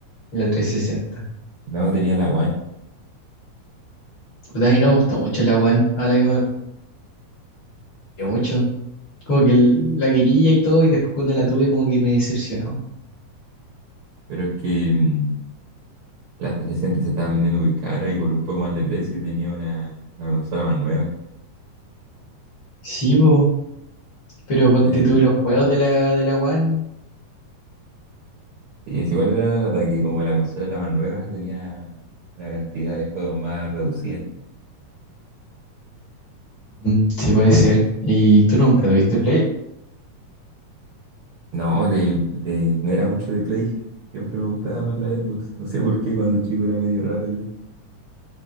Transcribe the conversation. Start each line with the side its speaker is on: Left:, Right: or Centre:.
Left: la trescientos sesenta
Right: No tenía la One.
Left: Pues a mí no me gustó mucho la One, ahora que me gustó mucho. Como que el- la quería y todo, y después cuando la tuve como que me decepcionó.
Right: Pero es que mm, las 360 se estaban vendiendo muy cara y por un poco más de precio tenía una, una consola más nueva.
Left: Sí, po, pero ponte
Right: Pero
Left: tú los juegos de la, de la One.
Right: sí, es igual era la lata que como la consola era la más nueva, tenía una cantidad de juegos más reducida.
Left: Mm, sí, puede ser. ¿Y tú nunca tuviste Play?
Right: No, de, de- no era mucho de Play. Siempre me gustaba más la Xbox. No sé por qué cuando chico era medio raro yo.